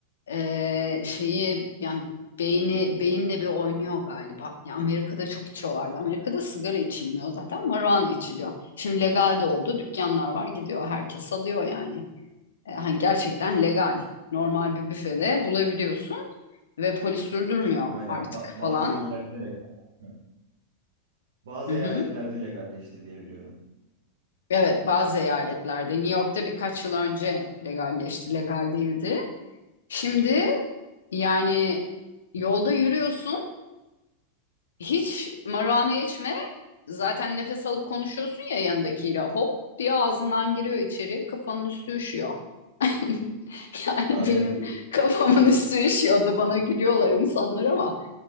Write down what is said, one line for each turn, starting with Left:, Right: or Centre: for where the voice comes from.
Left: Ee, şeyi yani beyni beyinle bir oynuyor galiba. Ya Amerika'da çok içiyorlardı. Amerika'da sigara içilmiyor zaten, marijuana içiliyor. Şimdi legal de oldu. Dükkanlar var, gidiyor herkes alıyor yani. Ee, hani gerçekten legal. Normal bir büfede bulabiliyorsun ve polis durdurmuyor
Right: Aynen.
Left: artık
Right: Ba- bazı
Left: falan.
Right: yerlerde legal. Hı. Bazı
Left: Hı hı.
Right: eyaletlerde legalleşti diye biliyorum.
Left: Evet, bazı eyaletlerde New York'ta birkaç yıl önce legalleşti, legal değildi. Şimdi yani yolda yürüyorsun Hiç marijuana içme. Zaten nefes alıp konuşuyorsun ya yanındakiyle. Hop diye ağzından giriyor içeri. Kafanın üstü üşüyor. <laughs> Yani
Right: Aynen.
Left: benim
Right: bu- bu-
Left: kafamın üstü üşüyordu. Bana gülüyorlar insanlar ama.